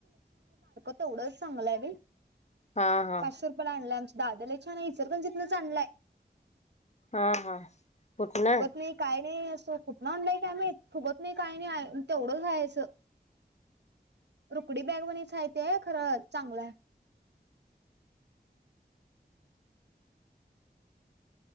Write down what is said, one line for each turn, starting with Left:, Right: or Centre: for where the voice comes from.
Right: तेवढं चांगलं आहे
Left: हा हा
Right: पाशे रूपया आणला, दादा लई छान इचलकरंजी जिथनं च आणलंय.
Left: हा हा कुठनं,
Right: नाही काय नाही असं कुठन आणलंय काय म फुगत नाही काय नाही तेवढं रायचं, रुकडी बॅग म्हचय तेय खरं चांगलं आहे.